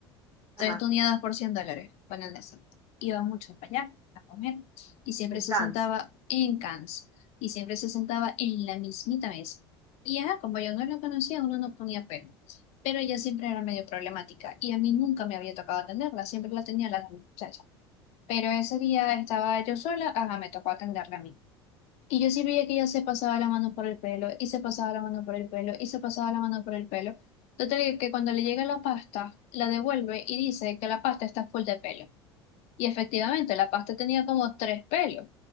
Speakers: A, on the left (about 55°); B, on the right (about 30°).
A: 3
B: Ajá,
A: tuneadas por 100 dólares, ponen eso. Iba mucho para allá a comer y siempre
B: en
A: se
B: Cannes,
A: sentaba en cans y siempre se sentaba en la mismita mesa. Y ajá, como yo no lo conocía, uno no ponía pero. Pero ella siempre era medio problemática y a mí nunca me había tocado atenderla, siempre la tenía la muchacha. Pero ese día estaba yo sola, ajá, me tocó atenderla a mí. Y yo sí veía que ella se pasaba la mano por el pelo, y se pasaba la mano por el pelo, y se pasaba la mano por el pelo. Total que que cuando le llega la pasta, la devuelve y dice que la pasta está full de pelo. Y efectivamente, la pasta tenía como tres pelos.